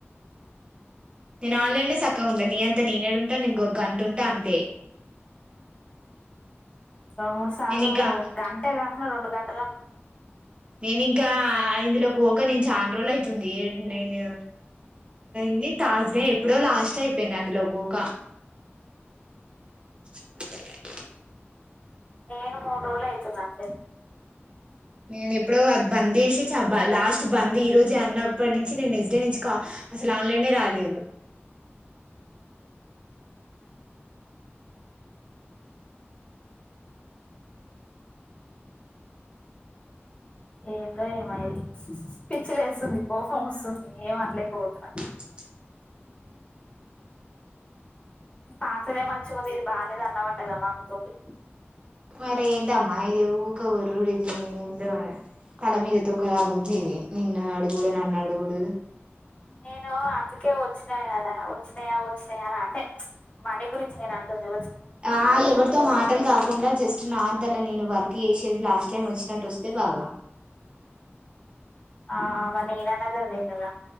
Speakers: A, on the right (about 25°); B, on the left (about 30°).
A: నేను ఆన్లైన్ సక్కగుండా నీ అంత నేనెడుంట ఇంకో గంట ఉంటా అంతే
B: రెండు మూడు సార్లు
A: నేను ఇంకా
B: గంట కాకుడా రెండు గంటలన్న ఉంట
A: నేనింక ఇందులోకి పోక నేను చన రోజులు అవుతుంది నేను న్ధీ తాజ్డే ఎప్పుడో లాస్ట్ అయిపోయింది అందులో గోక <unintelligible>
B: నేను మూరోలు అత్తుంది అంతే
A: నేను ఎప్పుడో అది బంద్ చేసే చ బ లాస్ట్ బంద్ ఈ రోజు అన్నప్పటి నుంచి నేను నెక్స్ట్ డే నుంచి కా అసలన్లైనే రాలేదు
B: ఏందో ఏమది పిచ్చిలేస్తుంది కోపం వస్తుంది ఏమనలేకపోతన
A: <unintelligible>
B: పాతదే మర్చికుంది ఇది బాగాలేదు అన్నమాటగా మమ్మీతోటి
A: మరి ఎందమ్మా ఇది ఊకె ఓర్రూడు ఏందో తల మీద తొక్కలాగు ఉంది ఇది నిన్ను అడుగుడు నన్ను అడుగుడు
B: నేను అందుకే వచ్చిన కదా వచ్చినాయా వచ్చినాయా అంటే మనీ గురించి నేను అంటంది
A: ఆ ఎవరితో మాటలు కాకుండా జస్ట్ నార్ తల నేను వర్క్ చేసేది లాస్ట్ టైం వచ్చినట్టు వస్తే బాగా
B: ఆ మరే నేననేది అదే గద